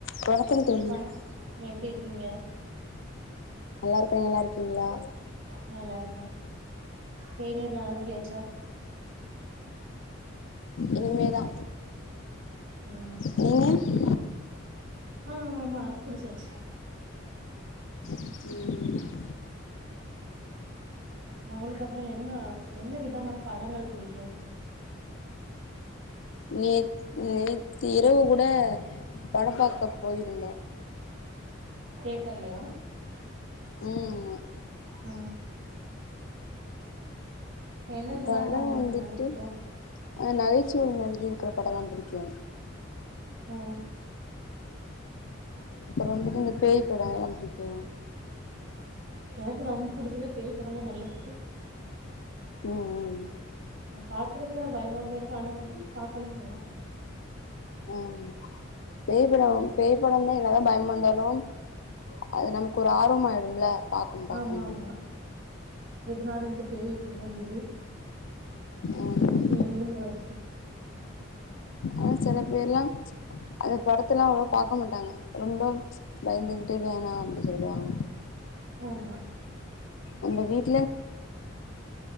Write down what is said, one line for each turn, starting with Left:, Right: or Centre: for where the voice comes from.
Left: வணக்கம் தோழி
Right: வணக் எப்டி இருக்கீங்க
Left: நல்லா இருக்க நல்லா இருக்கீங்ளா
Right: நல்லா இருக்கே தேநீர்ல்லா அருந்தியாச்சா
Left: இனிமேதா
Right: ம்
Left: நீங்க
Right: ஆ ஆமா குடிச்சாச்சு
Left: ம் ம்
Right: உங்களுக்கு அப்புறோ என்ன என்ன விதமான படங்கள் புடிக்கு
Left: நே நேத்து இரவு கூட படம் பாக்க போயிருந்தோ
Right: தேட்டர்லயா
Left: ம்
Right: அ எந்த விதமான
Left: படம்
Right: படங்கள்
Left: வந்துட்டு
Right: நல்லா பிடிக்கு
Left: அ நகைச்சுவை மாதிரி இருக்கற படோல்லா பிடிக்கு
Right: அ
Left: அப்புறோ வந்துட்டு இந்த பேய் படோ அதெல்லா பிடிக்கு
Right: எனக்கு ரொம்ப புடிச்சதே பேய் படோ தா நல்ல புடிக்கு
Left: ம் ம்
Right: ஆனா பாக்கறதுக்கு ஆனா‌ பயமதா இருக்கு ஆனா வந்து பாக்கணுன் தோனு
Left: ஆமா பேய் படம் பேய் படம்தா என்னதா பயமா இந்தாலும் அது நமக்கு ஒரு ஆர்வம் ஆயிடும்ல பாக்கணு பாக்கணு
Right: ஆமா ஆமா எதுனால இந்த இந்த பேய் எப்டி வந்தது
Left: ஆமா
Right: எங்கந்து வருது
Left: அ செல பேர்லாம் அந்த படத்த எல்லா அவ்ள பாக்க மாட்டாங்க ரொம்ப பயந்துகிட்டே வேணாம் அப்டி சொல்லுவாங்க
Right: ஆமா
Left: அந்த வீட்